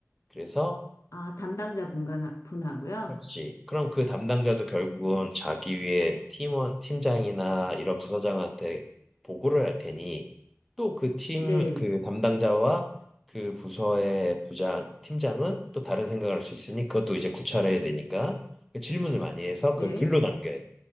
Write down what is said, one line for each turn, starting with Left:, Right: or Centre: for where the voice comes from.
Centre: 그래서
Left: 아, 담당자 분간 분하고요.
Centre: 그렇지. 그럼 그 담당자도 결국은 자기 위에 팀원, 팀장이나 이런 부서장한테 보고를 할 테니 또 그 팀,
Left: 네,
Centre: 그 담당자와 그 부서의 부장, 팀장은 또 다른 생각을 할 수 있으니 그것도 이제 구차해야 되니까 그 질문을 많이 해서
Left: 네.
Centre: 그걸 글로 남겨야 돼.